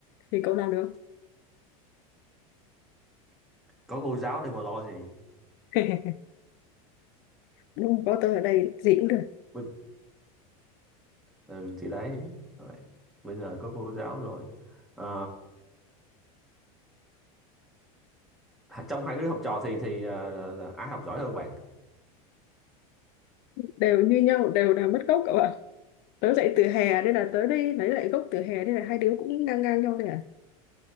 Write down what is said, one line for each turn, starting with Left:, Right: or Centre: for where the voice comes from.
Left: thì cậu làm được không?
Centre: có cô giáo để mà lo gì
Left: <laughs> đúng rồi, có tớ ở đây gì cũng được
Centre: Bình- ừ thì đấy Vậy. bây giờ có cô giáo rồi Ờ, trong hai đứa học trò thì thì à, là, ai học giỏi hơn bạn
Left: đều như nhau đều là mất gốc cậu ạ tớ dạy từ hè nên là tớ đi lấy lại gốc từ hè nên là hai đứa cũng ngang ngang nhau thôi à